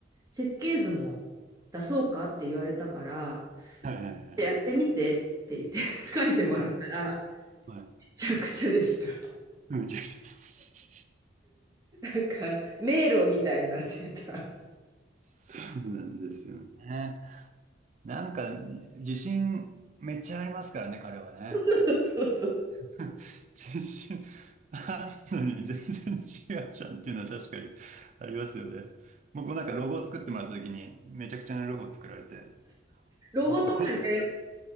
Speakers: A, on the right; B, on the right.
A: 設計図も出そうかって言われたから
B: はいはいはい。
A: やってみてって言って <laughs> 書いてもらったら
B: はい。は
A: めちゃくちゃでした。
B: いめちゃくちゃ。
A: なんか迷路みたいになってた。
B: そうなんですよね。なんか、自信めっちゃありますからね、彼はね。
A: <laughs> そうそうそうそう。
B: <laughs> 自信あるのに全然違うじゃんっていうのは確かにありますよね。僕もなんかロゴを作ってもらった時に、めちゃくちゃなロゴを作られて、
A: ロゴとかね、
B: お怒ったことある。